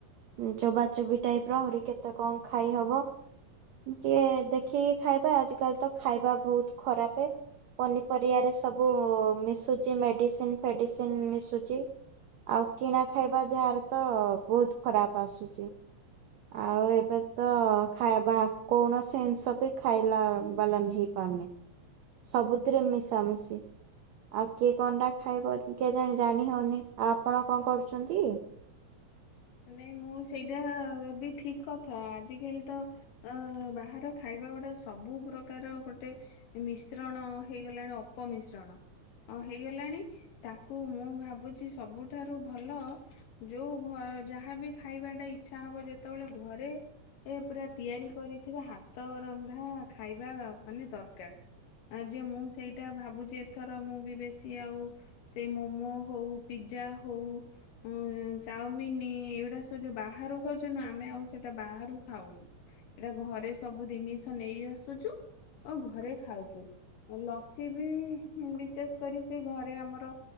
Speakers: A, on the right; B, on the left.
A: ଉଁ ଚୋବା ଚୋବି ଟାଇପ୍ ର ଆହୁରି କେତେ କଣ ଖାଇହବ। ଟିକେ ଦେଖିକି ଖାଇବା। ଆଜି କାଲି ତ ଖାଇବା ବହୁତ ଖରାପେ। ପନିପରିବାରେ ସବୁ ମିଶୁଛି ମେଡିସିନ ଫେଡିସିନ ମିଶୁଛି। ଆଉ କିଣା ଖାଇବା ଯାହାର ତ ବହୁତ ଖରାପ ଆସୁଛି। ଆଉ ଏବେ ତ ଖାଇବା କୌଣସି ଜିନିଷ ବି ଖାଇଲା ବାଲା ନୁହେଁ? ସବୁଥିରେ ମିଶାମିଶି। ଆଉ କିଏ କଣଟା ଖାଇବ? କେଜାଣି ଜାଣିହଉନି? ଆଉ ଆପଣ କଣ କରୁଛନ୍ତି?
B: ନାଇଁ ମୁଁ ସେଇଟା ବି ଠିକ୍। କଥା ଆଜିକାଲି ତ ଅ ବାହାର ଖାଇବା ଗୁଡା ସବୁ ପ୍ରକାର ଗୋଟେ ମିଶ୍ରଣ ହେଇଗଲାଣି ଅପ ମିଶ୍ରଣ। ଓ ହେଇଗଲାଣି ତାକୁ ମୁଁ ଭାବୁଛି ସବୁଠାରୁ ଭଲ ଯୋଉ ଘ ଯାହା ବିି ଖାଇବାଟା ଇଚ୍ଛା ହବ ଯେତେବେଳେ ଘରେ। ଏ ପୁରା ତିଆରି କରିଥିବା ହାତ ରନ୍ଧା ଖାଇବା ମାନେ ଦରକାର। ଆ ଯେ ମୁଁ ସେଇଟା ଭାବୁଛି ଏଥର ମୁଁ ବି ବେଶୀ ଆଉ ସେ ମୋମୋ ହଉ ପିଜା ହଉ ଉ ଚାଉମିନି ଏଇଗୁଡା ସବୁ ଯୋଉଁ ବାହାରୁ ଖାଉଛୁନୁ ଆମେ ଆଉ ସେଇଟା ବାହାରୁ ଖାଉନୁ। ଏଇଟା ଘରେ ସବୁ ଜିନିଷ ନେଇ ଆସୁଛୁ ଆଉ ଘରେ ଖାଉଛୁ। ଆଉ ଲସି ବି ବିଶେଷ କରି ସେ ଘରେ ଆମର